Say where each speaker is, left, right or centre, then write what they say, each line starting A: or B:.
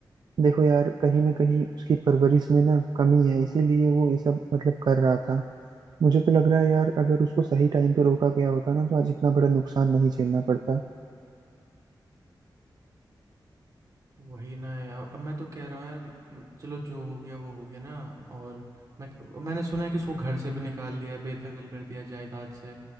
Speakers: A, on the right; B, on the right.
A: देखो यार कहीं ना कहीं उसकी परवरिश में ना कमी है इसीलिए वो ये सब मतलब कर रहा था मुझे तो लग रहा है यार अगर उसको सही टाइम पे रोका गया होता ना तो आज इतना बड़ा नुकसान नहीं झेलना पड़ता
B: वही ना यार अब मैं तो कह रहा हूँ यार म, चलो जो हो गया वो हो गया ना और मैं मैंने सुना है कि उसको घर से भी निकाल दिया है बेदखल कर दिया है जायदाद से